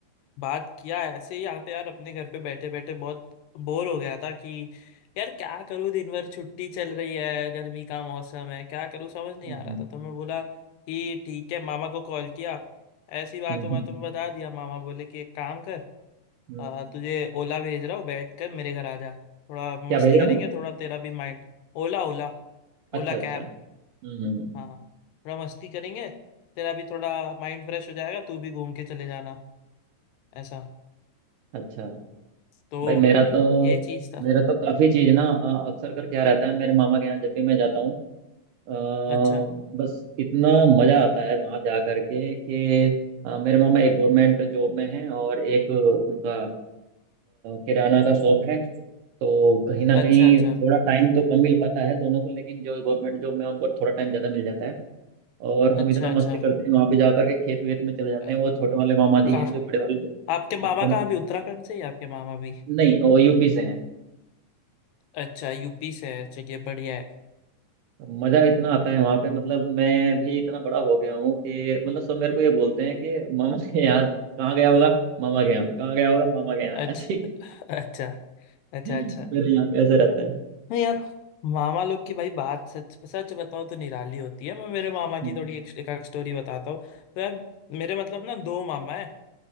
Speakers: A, on the left (about 85°); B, on the right (about 80°).
A: बात किया ऐसे ही यहाँ पे यार अपने घर पे बैठे बैठे बहुत बोर हो गया था कि यार क्या करूँ दिन भर छुट्टी चल रही है गर्मी का मौसम है क्या करूँ समझ नहीं
B: हम्म,
A: आ रहा था तो मैं बोला कि ठीक है मामा को कॉल किया ऐसी बातों
B: हम्म,
A: बातों में बता दिया मामा बोले कि एक काम कर
B: हम्म।
A: आ, तुझे ओला भेज रहा हूँ बैठ कर मेरे घर आ जा थोड़ा मस्ती
B: क्या भेज रहा
A: करेंगे
B: हूँ
A: थोड़ा तेरा भी माइंड ओला ओला
B: अच्छा
A: ओला कैब
B: अच्छा हम्म हम्म, हम्म,
A: हाँ थोड़ा मस्ती करेंगे तेरा भी थोड़ा माइंड फ्रेश हो जाएगा तू भी घूम के चले जाना ऐसा
B: अच्छा
A: तो
B: भाई मेरा तो
A: ये चीज था
B: मेरा तो काफी चीज ना अ, अक्सर कर क्या रहता है मेरे मामा के यहाँ जब भी मैं जाता हूँ अ,
A: अच्छा
B: बस इतना मज़ा आता है वहाँ जा करके कि अ, मेरे मामा एक गवर्नमेंट जॉब में हैं और एक उनका अ, किराना का शॉप है तो कहीं ना कहीं
A: अच्छा अच्छा
B: थोड़ा टाइम तो कम मिल पाता है दोनों को लेकिन जो गवर्नमेंट जॉब में उनको थोड़ा टाइम ज़्यादा मिल जाता है और हम
A: अच्छा
B: इतना मस्ती
A: अच्छा
B: करते हैं वहाँ पे जा करके खेत वेत में चले जाते
A: अ-
B: हैं वो छोटे वाले मामा जी
A: कहा
B: हैं जो बड़े वाले तो
A: आपके मामा
B: बड़े
A: कहाँ भी उत्तराखंड से ही आपके मामा भी
B: नहीं वो यूपी से हैं
A: अच्छा यूपी से है चलिए बढ़िया है
B: मजा इतना आता है वहां पे मतलब मैं भी इतना बड़ा हो गया हूँ कि मतलब सब मेरे को ये बोलते हैं कि मामा के यहाँ कहाँ गया होगा मामा के यहाँ कहाँ गया होगा मामा के यहाँ
A: अच्छा
B: ऐसे ही
A: अच्छा अच्छा
B: <laughs>
A: अच्छा
B: मेरे यहाँ पे ऐसे रहता है
A: नहीं यार मामा लोग की भाई बात सच सच बताओ तो निराली होती है मैं मेरे मामा की
B: हम्म,
A: थोड़ी एक, एक स्टोरी बताता हूँ तो यार मेरे मतलब ना दो मामा है